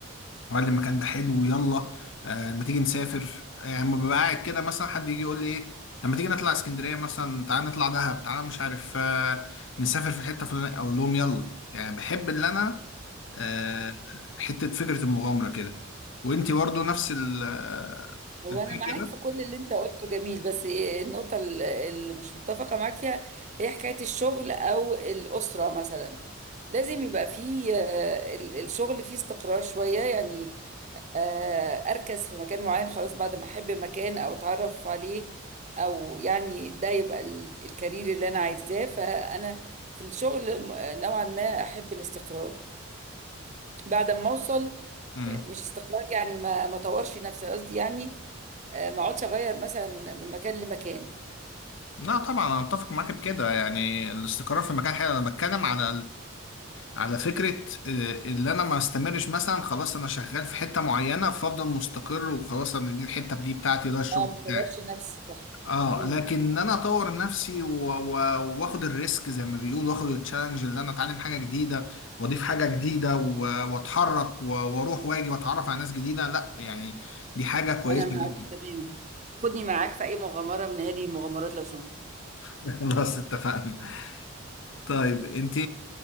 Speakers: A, on the left; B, on the right.
A: وقال لي المكان ده حلو يلا آه ما تيجي نسافر آه، يعني لما ببقى قاعد كده مثلا حد يجي يقول لي ايه طب ما تيجي نطلع اسكندريه مثلا تعالى نطلع دهب تعالى مش عارف آه نسافر في حته فلانيه اقول لهم يلا يعني بحب اللي انا آه حته فكره المغامره كده وانتي برضو نفس ال- آه،
B: هو
A: الفكره
B: انا معاك في كل اللي انت قلته جميل بس النقطه ال- اللي مش متفقه معاك فيها هي حكايه الشغل او الاسره مثلا لازم يبقى فيه آه، ال- الشغل فيه استقرار شويه يعني آه، اركز في مكان معين خلاص بعد ما احب مكان او اتعرف عليه او يعني ده يبقى ال- الكارير اللي انا عايزاه فانا في الشغل م- نوعا ما احب الاستقرار بعد ما اوصل
A: مم.
B: مش استقرار يعني ما ما طورش نفسي قصدي يعني آه، ما اقعدش اغير مثلا من مكان لمكان
A: لا طبعا انا متفق معاك بكده يعني الاستقرار في مكان حلو انا بتكلم على على فكرة آه، اللي انا ما استمرش مثلا خلاص انا شغال في حتة معينة فافضل مستقر وخلاص انا دي الحتة دي بتاعتي ده الشغل
B: اه
A: بتاعي
B: ما طورش نفسي صح
A: اه
B: امم
A: لكن ان انا اطور نفسي و- و- واخد الريسك زي ما بيقول واخد التشالنج اللي انا اتعلم حاجة جديدة واضيف حاجة جديدة و- واتحرك و- واروح واجي واتعرف على ناس جديدة لا يعني دي حاجة كويسة
B: انا معاك
A: جدا
B: تمام خدني معاك في اي مغامره من هذه المغامرات لو سمحت
A: <laughs> خلاص اتفقنا طيب انت